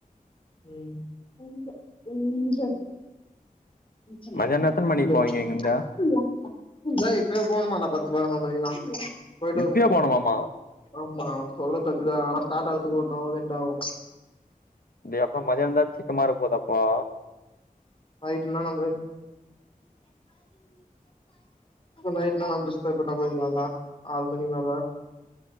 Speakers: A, on the left (about 35°); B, on the left (about 80°).
A: ம் கொஞ்சோ கொஞ்சம் ம் <unintelligible>
B: மதியானோ எத்தன மணிக்கு போவீங்க இங்கிருந்து
A: டேய் இப்பவே போணுமாடா பத்து பணோமணிகிலா போயிட்டு
B: இப்பயே
A: ம்
B: போணுமாமா
A: ஆமா அவங்க சொல்றது அதுதா ஆனா ஸ்டார்ட் ஆவுரதுக்கு ஒன்னாவு ரெண்டாவு
B: டே அப்பா மதியானந்தா சிக்கமாரப்போதப்பா
A: நைட்டுனா நாங்கோ நைட்ல நா இஷ்டபட்டா போய்க்லால்லா ஆறு மணி மேல